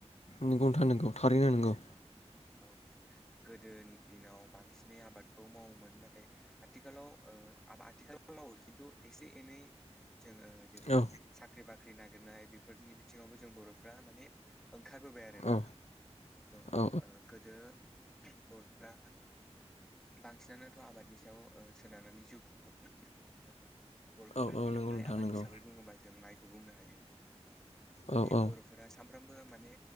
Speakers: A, on the left (about 70°); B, in the centre.
A: नोंगौ नोंथां नोंगौ थारैनो नोंगौ
B: औ औ गोदोनि दिनाव बांसिनै आबादखौ मावोमोन नाथाय आथिखालाव आ आथिखालाव मावो खिन्थु एसे एनै जोंङो जेरै
A: औ
B: साख्रि बा ख्रि नागिरनाय बेफोरनि बिथिंङावबो जों बर'फ्रा माने ओंखारबोबाय आरोना
A: औ
B: स
A: औ
B: गोदो बर'फ्रा बांसिनानोथ' आबादनि सायाव सोनारनानै जिउ खुंङो बर'फोरनियालाय
A: औ औ नंगौ नोंथां
B: आबाद
A: नंगौ
B: हिसाबै बुंङोबा जों माय खौ बुंनो हायो। माने
A: औ औ
B: बर'फोरा साम सामफ्रामबो माने